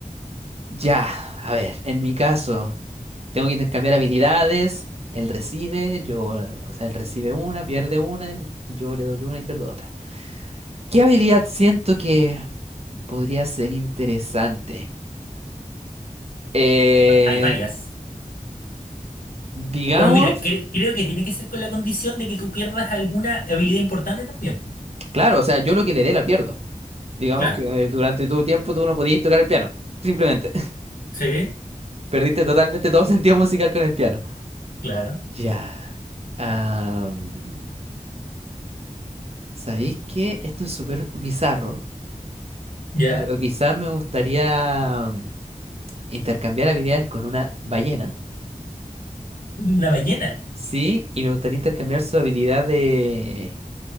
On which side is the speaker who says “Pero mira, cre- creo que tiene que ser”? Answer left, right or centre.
Left